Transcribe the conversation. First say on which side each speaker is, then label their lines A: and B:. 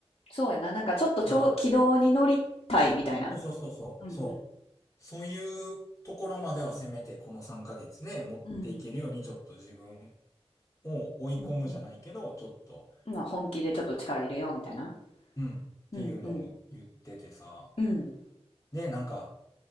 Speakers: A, on the left; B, on the left.
A: そうやな。なんかちょっとちょ、
B: が、
A: 軌道に乗りたいみたいな。
B: そうそうそうそう、
A: うんうん。
B: そう、そういうところまではせめてこの3ヶ月で持っていけるようにちょっと自分
A: うんうん
B: を追い込むじゃないけど、
A: うんうん
B: ちょっと、
A: うんまあ本気でちょっと力入れようみたいな。
B: うんっていうのを言っててさ。
A: うんうんうん
B: で、なんか、